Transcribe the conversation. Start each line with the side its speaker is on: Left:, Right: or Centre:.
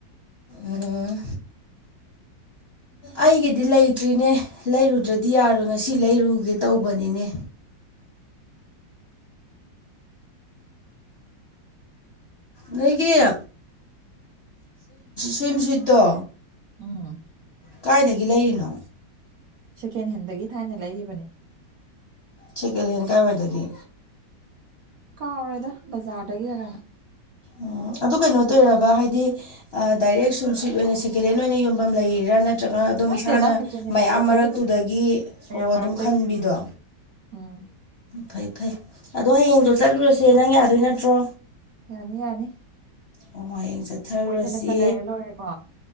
Left: ꯎꯝ ꯑꯩꯒꯤꯗꯤ ꯂꯩꯇ꯭ꯔꯤꯅꯦ ꯂꯩꯔꯨ꯫ ꯗ꯭ꯔꯗꯤ ꯌꯥꯔꯣ ꯉꯁꯤ ꯂꯩꯔꯨꯒꯦ ꯇꯧꯕꯅꯤꯅꯦ꯫ ꯅꯣꯏꯒꯤ ꯁꯨꯨꯝ ꯁꯨꯏꯠꯇꯣ
Right: ꯎꯝ
Left: ꯀꯥꯏꯗꯒꯤ ꯂꯩꯔꯤꯅꯣ
Right: ꯁꯦꯀꯦꯟ ꯍꯦꯟꯗꯒꯤ ꯊꯥꯏꯅ ꯂꯩꯈꯤꯕꯅꯦ
Left: ꯁꯦꯀꯦꯟ ꯍꯦꯜ ꯀꯥꯏ ꯋꯥꯏꯗꯒꯤ
Right: ꯀꯥꯎꯔꯦꯗ ꯕꯖꯥꯔꯗꯒꯤꯔ ꯅꯪ꯫
Left: ꯎꯝ ꯑꯗꯨ ꯀꯩꯅꯣꯇꯧꯔꯕ ꯍꯥꯏꯗꯤ꯫ ꯗꯥꯏꯔꯦꯛ ꯁꯨꯝ ꯁꯤꯠ ꯑꯣꯏꯅ ꯁꯦꯀꯦꯟ ꯍꯦꯟ ꯑꯣꯏꯅ ꯌꯣꯟꯐꯝ ꯂꯩꯔꯤꯔ ꯅꯠ ꯅꯠꯇ꯭ꯔꯒꯅ ꯑꯗꯨꯝ
Right: ꯅꯠꯇꯦꯗ
Left: ꯏꯁꯥꯅ
Right: ꯁꯦꯀꯦꯟ ꯍꯦꯟ
Left: ꯃꯌꯥꯝ
Right: ꯃꯔꯛꯇꯒꯤ
Left: ꯃꯔꯛꯇꯨꯗꯒꯤ
Right: ꯑꯗꯨꯝ ꯃꯌꯥꯝ
Left: ꯑꯣ
Right: ꯃꯔꯛꯇꯒꯤ
Left: ꯑꯗꯨꯝ ꯈꯟꯕꯤꯗꯣ
Right: ꯎꯝ꯫
Left: ꯐꯩ ꯐꯩ ꯑꯗꯣ ꯍꯌꯦꯡꯗꯣ ꯆꯠꯂꯨꯔꯁꯦ ꯅꯪ ꯌꯥꯗꯣꯏ ꯅꯠꯇ꯭ꯔꯣ
Right: ꯌꯥꯅꯤ ꯌꯥꯅꯤ
Left: ꯑꯣ ꯍꯌꯦꯡ ꯆꯠꯊꯔꯨꯔꯁꯤ
Right: ꯀꯣꯏꯗꯅꯇ ꯂꯩꯔ ꯂꯣꯏꯔꯦꯀꯣ